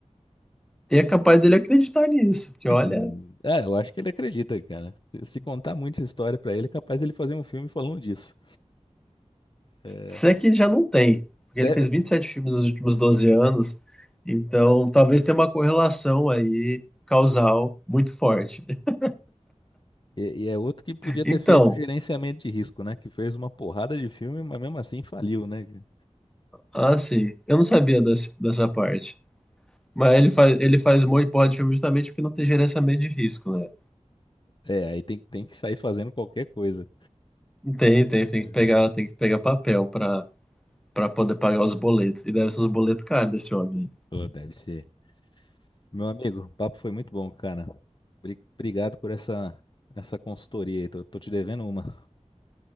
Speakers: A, in the centre; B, on the left.
A: E é capaz dele acreditar nisso, porque olha,
B: Hum, É, eu acho que ele acredita, cara. Se se contar muita história pra ele, é capaz ele fazer um filme falando disso. É,
A: Se é que já não tem, porque ele
B: deve-
A: fez 27 filmes nos últimos 12 anos, então talvez tenha uma correlação aí causal muito forte. <laughs>
B: E, e é outro que podia
A: Então,
B: ter feito gerenciamento de risco, né? Que fez uma porrada de filme, mas mesmo assim faliu, né? cara?
A: assim, eu não sabia desse- dessa parte. Mas ele faz, ele faz mão e porra de filme justamente porque não tem gerenciamento de risco, né?
B: É, aí tem, tem que sair fazendo qualquer coisa.
A: Tem, tem, tem
B: É.
A: que pegar, tem que pegar papel para para poder pagar os boletos. E deve ser os boletos caros desse homem.
B: Pô, deve ser. Meu amigo, o papo foi muito bom, cara. Bri- Obrigado por essa, essa consultoria aí. Tô, tô te devendo uma.